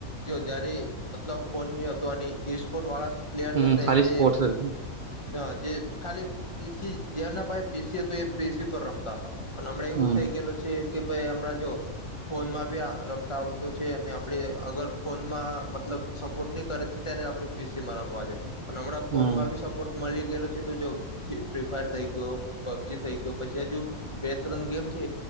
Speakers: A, on the left; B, on the right.
A: જો જયારે મતલબ ફોન ન હતો અને સ્પોર્ટ વાળા પ્લેયર
B: હમ
A: જતે
B: ખાલી
A: જે
B: સ્પોર્ટ્સ જ.
A: હ જે ખાલી પીસી જે ના પાય પીસીું એ પીસી પર રમતા હતા પણ હમણાં એવું
B: હમ
A: થઈ ગયેું છે કે ભાઈ હમણાં જો ફોનમાં બી રમતા આવતો છે અને આપણે અગર ફોનમાં મતલબ સપોર્ટ નહી કરે તો ત્યારે આપણે પીસીમાં રમવા જાય પણ હમણાં ફોનમાંી
B: હમ
A: સપોર્ટ મળલિક ગેલો છે તું જોગ ફ્રી ફાયર થઈ ગયો પબજી થઈ ગયો પછી હજુ બે ત્રણ ગેમ છે